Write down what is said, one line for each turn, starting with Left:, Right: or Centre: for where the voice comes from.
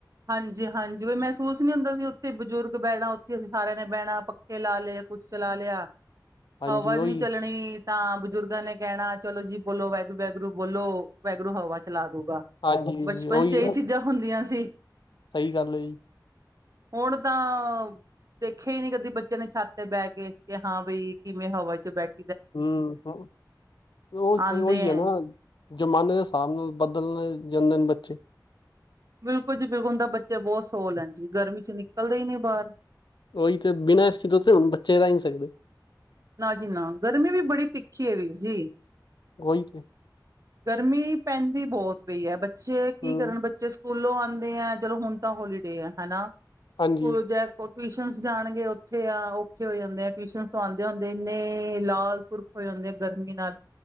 Right: ਹਾਂਜੀ-ਹਾਂਜੀ, ਕੋਈ ਮਹਿਸੂਸ ਨੀ ਹੁੰਦਾ ਸੀ, ਉੱਥੇ ਬਜ਼ੁਰਗ ਬਹਿਣਾ ਉੱਥੇ ਅਸੀਂ ਸਾਰਿਆਂ ਨੇ ਬਹਿਣਾ ਪੱਖੇ ਲਾ ਲਏ। ਕੁਛ ਚਲਾ ਲਿਆ
Left: ਹਾਂਜੀ
Right: ਹਵਾ
Left: ਉਹੀ
Right: ਨੀ ਚੱਲਣੀ ਤਾਂ ਬਜ਼ੁਰਗਾਂ ਨੇ ਕਹਿਣਾ ਚਲੋ ਜੀ ਬੋਲੋ ਵਾਹਿਗੁਰੂ ਵਾਹਿਗੁਰੂ ਬੋਲੋ ਵਾਹਿਗੁਰੂ ਹਵਾ ਚਲਾਓ ਗਾ
Left: ਹਾਂਜੀ
Right: ਬਚਪਨ
Left: ਉਹੀ
Right: ਚ ਇਹ ਚੀਜ਼ਾਂ ਹੁੰਦੀਆਂ ਸੀ।
Left: ਸਹੀ ਗੱਲ ਹੈ ਜੀ
Right: ਹੁਣ ਤਾਂ ਦੇਖਿਆ ਹੀ ਨਹੀਂ ਕਦੀ ਬੱਚੇ ਨੇ ਛਤ ਤੇ ਬਹਿ ਕੇ ਕਿ ਹਾਂ ਬਈ ਕਿਵੇਂ ਹਵਾ ਚ ਬੈਠੇ
Left: ਹੂੰ ਉਹ
Right: ਆਂਦੇ
Left: ਹੋਆ
Right: ਐ
Left: ਨਾ ਜ਼ਮਾਨੇ ਦੇ ਹਿਸਾਬ ਨਾਲ ਬਦਲਣ ਜਾਂਦੇ ਨੇ ਬੱਚੇ। <unintelligible>
Right: ਬਿਲਕੁਲ ਜੀ ਬਿਲਕੁਲ ਹੁਣ ਤਾ ਬੱਚੇ ਬਹੁਤ ਸੋ ਲੈਣ ਜੀ ਗਰਮੀ ਚ ਨਿਕਲਦੇ ਹੀ ਨਹੀਂ ਬਾਹਰ
Left: ਉਹੀ ਤੇ ਬਿਨਾਂ ਏਸੀ ਤੋਂ ਬੱਚੇ ਰਹਿ ਨੀ ਸਕਦੇ।
Right: ਨਾ ਜੀ ਨਾ ਗਰਮੀ ਵੀ ਬੜੀ ਤਿੱਖੀ ਹੈ ਵੀਰ ਜੀ।
Left: ਉਹੀ ਤੇ
Right: ਗਰਮੀ ਪੈਂਦੀ ਦੀ ਬਹੁਤ ਪਈ ਹੈ ਬੱਚੇ ਕੀ
Left: ਹੂੰ
Right: ਕਰਨ ਬੱਚੇ ਸਕੂਲੋਂ ਆਉਂਦੇ ਆ ਚਲੋ ਹੁਣ ਤਾਂ ਹੋਲੀਡੇ ਆ ਹਨਾ।
Left: ਹਾਂਜੀ
Right: ਸਕੂਲ ਜਾਣਗੇ ਟਿਊਸ਼ਨ ਜਾਣਗੇ ਉੱਥੇ ਆ ਔਖੇ ਹੋ ਜਾਂਦੇ ਆ ਟਿਊਸ਼ਨ ਆਉਂਦੇ ਹੁੰਦੇ ਇੰਨੇ ਲਾਲ ਪੁਰਖ ਹੋਏ ਹੁੰਦੇ ਆ ਗਰਮੀ ਨਾਲ